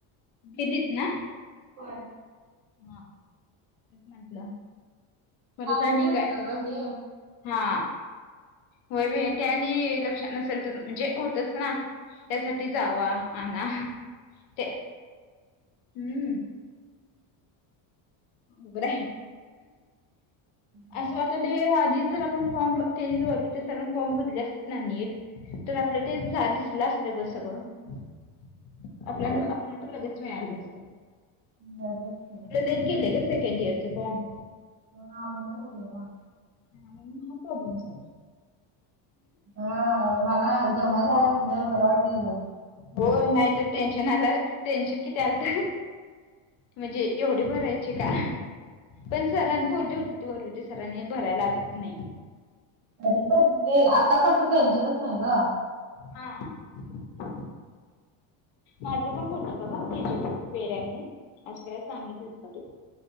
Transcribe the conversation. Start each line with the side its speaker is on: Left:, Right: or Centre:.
Left: दिलीप ना
Right: होय
Left: हा तेच म्हंटलं परत
Right: मागून
Left: आणि
Right: घेतलं
Left: काय?
Right: ग मी
Left: हा होय बाई ते आणि लक्षात नसेल तर म्हणजे होतच ना. त्यासाठी जावा आणा ते हम्म. अवघड आहे.
Right: हो.
Left: असं आता ते आधी जर आपण फॉर्म त्यांनीच भ ते सर्ण फॉर्म भरले असतेना नीट. तर आपलं ते जा दिसलं असतं ग सगळं. आपल्यान आपल्याला पण लगेच मिळालं असत.
Right: होय बाई खरंय.
Left: लेट गेले ग सेकंड ईयर चे फॉर्म.
Right: हा म बरोबर तेव्हा.
Left: हा मग हा प्रॉब्लेम झाला.
Right: हा मला जमा झाला म्हणल्यावर बरं वाटलं ग.
Left: हो नाहीत टेन्शन आलं. टेन्शन किती आलतं? म्हणजे एवढे भरायचे का? पण सरांनी बोलली होती ती वरवी ते सरांने भरायला लागत नाही
Right: अध पण ते आता कसं टेन्शनच नाही ग.
Left: हा <unintelligible> माझ्या पण बोलल्यात बाबा ह्याची पण फेर हाय म्हणून. असं काय सांगितलेस का तू?